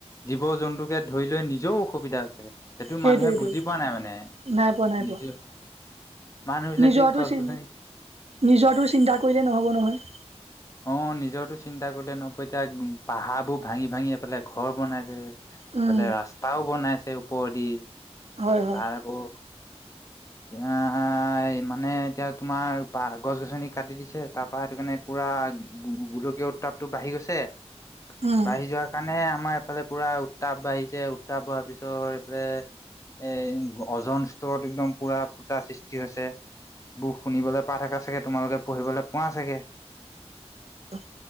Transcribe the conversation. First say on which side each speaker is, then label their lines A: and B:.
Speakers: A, on the left; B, on the right.
A: জীৱ-জন্তুকে ধৰি লৈ নিজেও অসুবিধা আছে। সেইটো
B: সেইটোৱেইটো
A: মানুহে বুজি পোৱা নাই মানে,
B: নাই পোৱা, নাই পোৱা
A: নিজে মানুহবিলাকে
B: নিজৰটো
A: গছ-গছনি
B: চি নিজৰটো চিন্তা কৰিলে নহ'ব নহয়।
A: অ নিজৰটো চিন্তা কৰিলে নহব, এতিয়া পাহাৰবোৰ ভাঙি-ভাঙি এফালে ঘৰ বনাইছে এইফালে
B: উম,
A: ৰাস্তাও বনাইছে ওপৰেদি,
B: হয়, হয়
A: তাৰ আকৌ। এয়া মানে এতিয়া তোমাৰ পা গছ গছনি কাটি দিছে তাৰ পৰা সেইটো কাৰণে পুৰা। গোলকীয় উত্তাপটো বাঢ়ি গৈছে।
B: উম,
A: বাঢ়ি যোৱাৰ কাৰণে আমাৰ এইফালে পুৰা উত্তাপ বাঢ়িছে উত্তাপ হোৱাৰ পিছত এইফালে। এ অজন স্তৰত একদম পুৰা ফুটা সৃষ্টি হৈছে। বোৰ শুনিবলৈ পা থকা চাগে তোমালোকে পঢ়িবলৈ পোৱা চাগে।
B: অ।